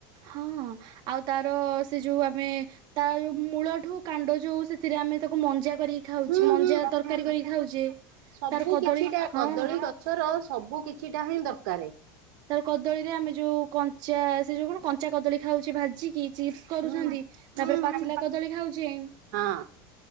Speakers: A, on the right (about 40°); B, on the right (about 70°).
A: ହଁ ଆଉ ତାର ସେ ଯୋଉ ଆମେ ତା ଯେଉଁ ମୂଳଠୁ କାଣ୍ଡ ଯେଉ ସେଥିରେ ଆମେ ତାକୁ ମଞ୍ଜା କରିିକି ଖାଉଚେ
B: ହୁଁ
A: ମଞ୍ଜା
B: ହୁଁ ହୁଁ।
A: ତରକାରୀ କରିକି ଖାଉଚେ
B: ସବୁ
A: ତାର କଦଳୀ
B: କିଛିଟା
A: ହଁ
B: କଦଳୀ ଗଛର ସବୁ କିଛିଟା ହିଁ ଦରକାର।
A: ତା କଦଳୀରେ ଆମେ ଯୋଉ କଞ୍ଚା ସେ ଯଉ କଣ କଞ୍ଚା କଦଳୀ ଖାଉଛେ ଭାଜିକି ଚିପ୍ସ୍ କରୁଛନ୍ତି
B: ହୁଁ
A: ତାପରେ
B: ହୁଁ
A: ପାଚିଲା
B: ହୁଁ।
A: କଦଳୀ ଖାଉଛିେଁ
B: ହଁ।